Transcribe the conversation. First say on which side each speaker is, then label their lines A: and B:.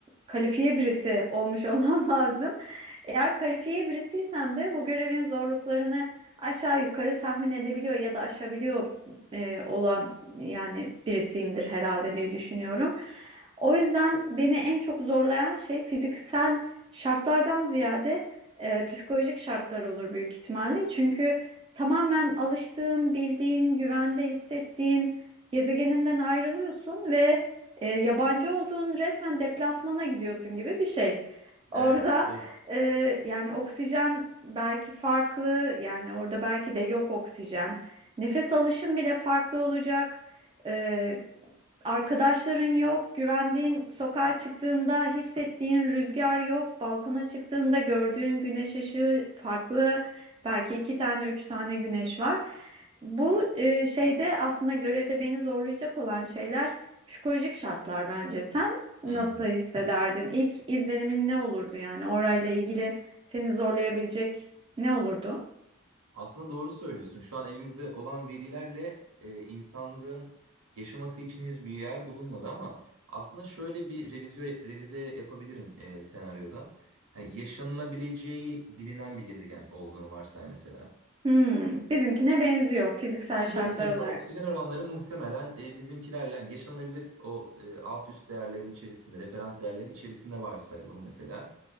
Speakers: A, on the right; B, on the right.
A: kalifiye birisi olmuş <laughs> olmam lazım. Eğer kalifiye birisiysem de bu görevin zorluklarını aşağı yukarı tahmin edebiliyor ya da aşabiliyor e, olan yani birisiyimdir herhalde diye düşünüyorum. O yüzden beni en çok zorlayan şey fiziksel şartlardan ziyade e, psikolojik şartlar olur büyük ihtimalle. Çünkü tamamen alıştığın, bildiğin, güvende hissettiğin gezegeninden ayrılıyorsun ve e, yabancı olduğun resmen deplasmana gidiyorsun gibi bir şey. Orada
B: Evet, evet.
A: e, yani oksijen belki farklı yani orada belki de yok oksijen. Nefes alışın bile farklı olacak. E, Arkadaşların yok, güvendiğin sokağa çıktığında hissettiğin rüzgar yok, balkona çıktığında gördüğün güneş ışığı farklı, belki iki tane, üç tane güneş var. Bu e, şeyde aslında görevde beni zorlayacak olan şeyler psikolojik şartlar bence. Sen nasıl
B: Hmm.
A: hissederdin? İlk izlenimin ne olurdu yani orayla ilgili seni zorlayabilecek ne olurdu?
B: Aslında doğru söylüyorsun. Şu an elimizde olan verilerle e, insanlığın yaşaması için henüz bir yer bulunmadı ama aslında şöyle bir revizyo revize yapabilirim e, senaryoda. Hani yaşanılabileceği bilinen bir gezegen olduğunu varsay mesela.
A: Hmm, bizimkine benziyor fiziksel
B: Yani
A: şartlar
B: benziyor. Mesela
A: olarak.
B: oksijen oranları muhtemelen e, bizimkilerle yani yaşanılabilir o e, alt üst değerlerin içerisinde, referans değerlerin içerisinde varsayalım mesela.